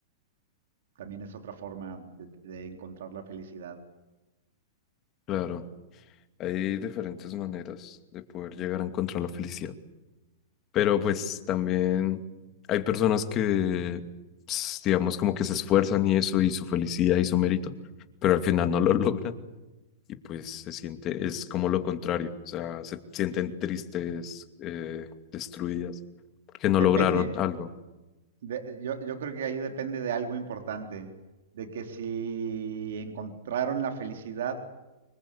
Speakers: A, on the right (about 70°); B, on the left (about 30°).
A: también es otra forma de, de encontrar la felicidad.
B: Claro, hay diferentes maneras de poder llegar a encontrar la felicidad. Pero pues también hay personas que, ps, digamos, como que se esfuerzan y eso, y su felicidad y su mérito, pero al final no lo <laughs> logran y pues se siente, es como lo contrario, o sea, se sienten tristes, eh, destruidas, porque no lograron
A: Depende,
B: algo.
A: de, yo, yo creo que ahí depende de algo importante, de que si encontraron la felicidad